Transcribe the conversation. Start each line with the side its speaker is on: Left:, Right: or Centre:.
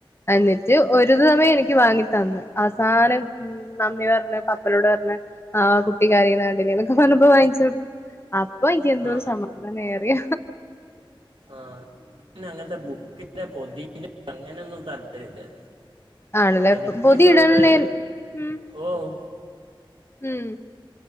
Left: എന്നിട്ട് ഒരു സമയം എനിക്ക് വാങ്ങി തന്ന് അവസാനം ഉം നന്ദി പറഞ്ഞ പപ്പനോട് പറഞ്ഞ് ആ കുട്ടി കരയുന്ന കണ്ടില്ലേ എന്നൊക്കെ പറഞ്ഞപ്പോ വാങ്ങിച്ച് കൊടുത്തു അപ്പൊ എനിക്ക് എന്തോ
Right: ആ
Left: ഒരു സമാധാന ആയി അറിയ
Right: ആഹ് പിന്നെ അങ്ങനത്തെ ബുക്കിന്റെ പൊതി അങ്ങനൊന്നും താല്പര്യല്ല.
Left: ആണല്ലേ
Right: എനിക്ക്
Left: പൊതി
Right: ഫുള്ള്
Left: ഇടലിന് ഉം
Right: ഓഹ്
Left: ഉം